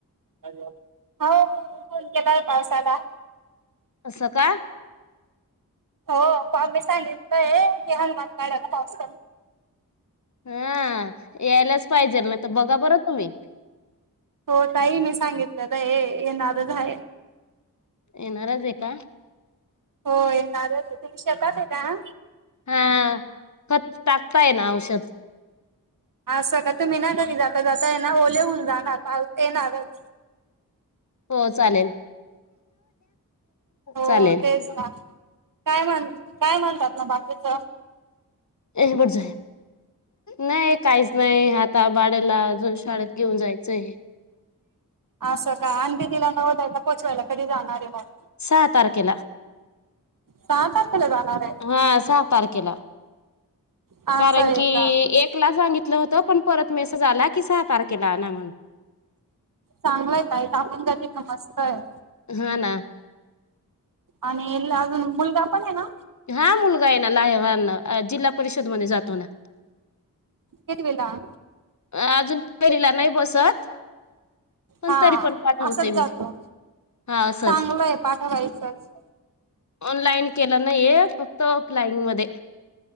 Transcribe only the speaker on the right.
हो हो फोन केलाय पावसाला
हो स्वामी सांगितलंय की हनुमान मडत पाऊस
हो ताई. मी सांगितलंता हे ये येणारच आहे
हो येणार आहे तुम्ही शेतात आहे का?
हा सग कां तुम्ही ना घरी जाता जाता येणार ओलेहून जाणार पाऊस येणारच.
हो
तेच ना काय म्हण काय म्हणतात ना बाकीच.
असं का अंधी तिला नव दयला पोचवायला कधी जाणार आहे मग?
सहा तारखेला जाणार आहे.
असं
आहे
का
चांगलंय ताई टाकून जाते मस्त हे.
आणि अजून मुलगा पण आहे ना?
कितवीला?
हा
असाच
जातो.
चांगलंय पाठवायचंच